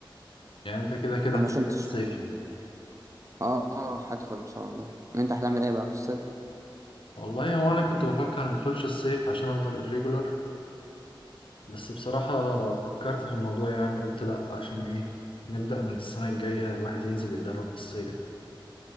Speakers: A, on the left; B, on the right.
A: يعني انت كده كده
B: لو
A: هتحضر
B: ما شلتش
A: الصيف يعني
B: اه آه، هدخل ان شاء الله انت هتعمل ايه بقى في الصيف
A: والله هو انا كنت بفكر ما ادخلش الصيف عشان افضل الريجولر بس بصراحة فكرت في الموضوع يعني قلت لا عشان ايه نبدأ من السنة الجاية الواحد ينزل يتدرب في الصيف